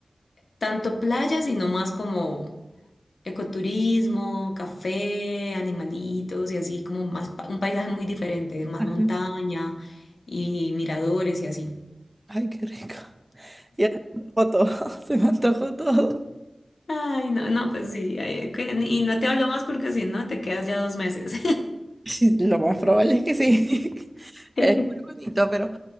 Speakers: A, on the left; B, on the right.
A: tanto playa, sino más como Ecoturismo, café, animalitos y así como más pa- un paisaje muy diferente, más
B: Ajá.
A: montaña y miradores y así.
B: Ay, qué rico. Ya se me antojó todo, <laughs> se me antojó todo.
A: Ay, no, no, pues sí, ay, que- y no te hablo más porque si no te quedas ya dos meses.
B: Sí, Lo más probable es que sí. <laughs>
A: <laughs>
B: Es muy bonito, pero